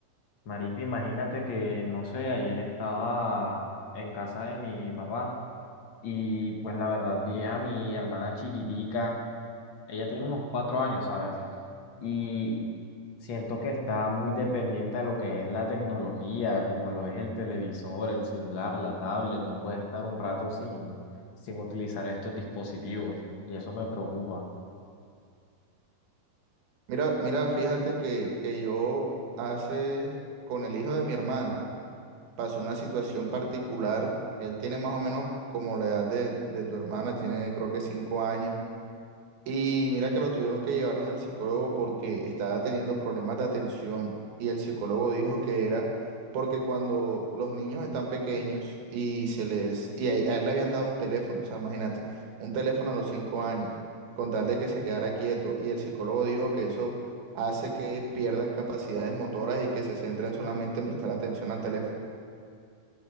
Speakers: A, on the left; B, on the right.
A: marica, imagínate que, no sé, ayer estaba en casa de mi papá y pues la verdad vi a mi hermana chiquitica, ella tiene unos cuatro años, ¿sabes? Y siento que está muy dependiente a lo que es la tecnología, como lo es el televisor, el celular, la tablet, no puedes estar un rato sin, sin utilizar estos dispositivos y eso me preocupa.
B: Mira, mira, fíjate que, que yo hace con el hijo de mi hermana pasó una situación particular. Él tiene más o menos como la edad de, de tu hermana, tiene creo que cinco años. Y mira que lo tuvieron que llevar donde el psicólogo porque estaba teniendo problemas de atención y el psicólogo dijo que era porque cuando los niños están pequeños y se les y a, a él le habían dado un teléfono, o sea, imagínate, un teléfono a los cinco años con tal de que se quedara quieto y el psicólogo dijo que eso hace que pierdan capacidades motoras y que se centren solamente en prestar atención al teléfono.